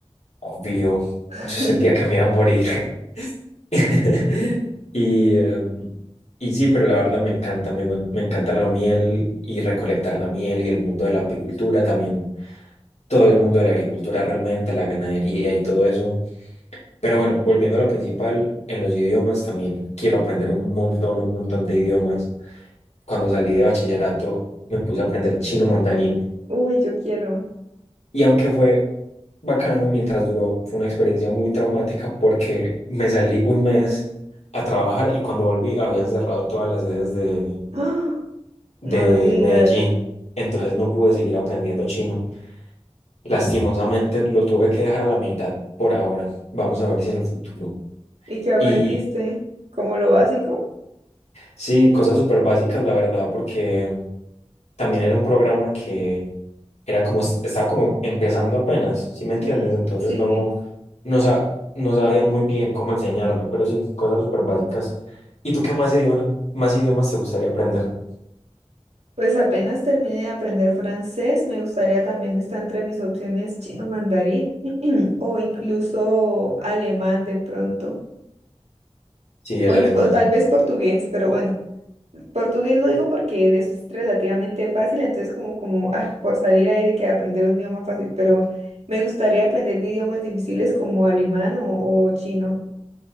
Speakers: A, on the left (about 80°); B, on the right (about 75°).
A: Obvio,
B: <laughs>
A: yo sentía que me iba a morir. <laughs> Y, eh, y sí, pero la verdad me encanta, me, gu- me encanta la miel y recolectar la miel y el mundo de la apicultura también, todo el mundo de la agricultura realmente, la ganadería y todo eso. Pero bueno, volviendo a lo principal, en los idiomas también quiero aprender un montón, un montón de idiomas. Cuando salí de bachillerato me puse a aprender chino mandarín
B: Uy, yo quiero.
A: Y aunque fue bacano, mientras duró, fue una experiencia muy traumática porque me salí un mes a trabajar y cuando volví habían cerrado todas las sedes de,
B: <gasps> ¡Ah!
A: de
B: No digas.
A: Medellín. Entonces no pude seguir aprendiendo chino. Lastimosamente lo tuve que dejar a la mitad por ahora. Vamos a ver si en el futuro.
B: ¿Y qué aprendiste?
A: Y
B: ¿Como lo básico?
A: sí, cosas súper básicas, la verdad, porque también era un programa que era como, estaba como empezando apenas, ¿sí me entiendes?
B: Mm,
A: Entonces
B: sí,
A: no,
B: sí.
A: no, sa- no sabía muy bien cómo enseñarlo, pero sí, cosas súper básicas. ¿Y tú qué más idioma, más idiomas te gustaría aprender?
B: Pues apenas termine de aprender francés, me gustaría también estar entre mis opciones chino mandarín <clears throat> o incluso alemán de pronto.
A: Sí, el
B: O, inclu-
A: alemán.
B: o tal vez portugués, pero bueno, portugués lo digo porque es relativamente fácil, entonces como, como, ah, por salir ahí de que aprender un idioma fácil, pero me gustaría aprender de idiomas difíciles como alemán o, o chino,